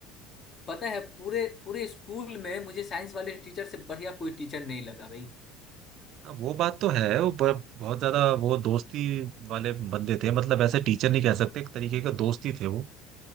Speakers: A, on the left (about 40°); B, on the right (about 60°).
A: पता है पूरे पूरे स्कूल में मुझे साइंस वाले टीचर से बढ़िया कोई टीचर नहीं लगा भाई
B: हाँ, वो बात तो है वो ब- बहुत ज्यादा वो दोस्ती वाले बंदे थे मतलब ऐसे टीचर नहीं कह सकते एक तरीके का दोस्त ही थे वो